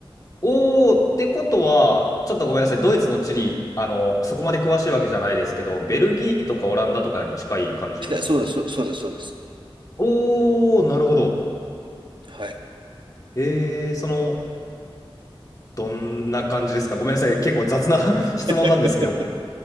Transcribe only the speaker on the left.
おー、ってことは、ちょっとごめんなさい、ドイツの地理、あの、そこまで詳しいわけじゃないですけど、ベルギーとかオランダとかに近い感じですか
おー、なるほど。
えー、その、どんな感じですかごめんなさい、結構雑な <laughs> 質問なんですけど、